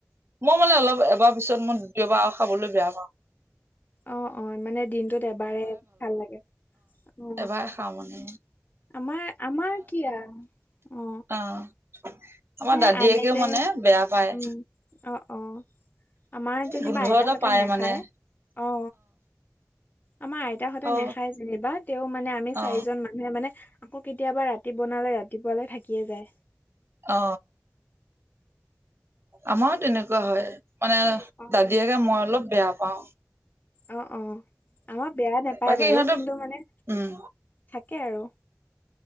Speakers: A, on the right (about 55°); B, on the left (about 35°).
A: মই মানে অলপ এবাৰ পিছত মই দে এবাৰ খাবলৈ বেয়া পাওঁ
B: অ অ মানে দিনটোত এবাৰে ভাল লাগে অ
A: এবাৰ খাওঁ মানে
B: আমাৰ আমাৰ কি অ
A: অ আমাৰ
B: সে
A: দাদীয়েকে
B: আনিলে
A: মানে বেয়া পায়
B: উম অ অ আমাৰ যেনিবা
A: গোন্ধ
B: আইতাহঁতে
A: এটা পায়
B: নেখায়
A: মানে
B: অ আমাৰ আইতাহঁতে
A: অ
B: নেখাই যেনিবা তেও মানে আমি চাৰিজন
A: অ
B: মান মানে আকৌ কেতিয়াবা ৰাতি বনালে ৰাতিপুৱালৈ থাকিয়ে যায়
A: অ আমাৰো তেনেকুৱা হয় মানে
B: অ
A: দাদীয়েকে মই অলপ বেয়া পাও
B: অ অ আমাৰ বেয়া নাপায়
A: বাকী
B: বাৰু
A: ইহঁতে
B: কিন্তু মানে
A: উম
B: থাকে আৰু